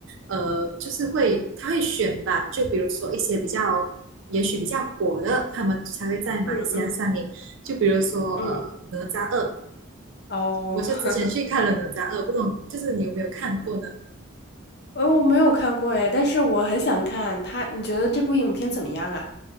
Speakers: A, on the right; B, on the left.
A: 呃就是会它会选吧，就比如说一些比较。也许比较火的，他们才会在马来西亚上映。
B: 嗯嗯
A: 就比如说，
B: 嗯，
A: 呃，《哪吒二》，
B: 哦，
A: 我就之前去看了《哪吒二》，
B: <laughs>
A: 不懂就是你有没有看过呢？
B: 呃，我没有看过哎，但是我很想看他，你觉得这部影片怎么样啊？